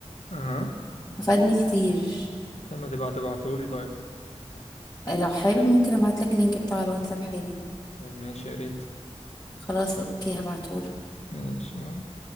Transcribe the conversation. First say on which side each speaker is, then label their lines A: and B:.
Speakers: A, on the left; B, on the left.
A: اها
B: فادني كتير
A: طب ما تبقى تبعتهولي طيب
B: لو حابب ممكن ابعت لك اللينك بتاع الواتساب حالا
A: طيب ماشي يا ريت
B: خلاص اوكي هبعته
A: ماشي يلا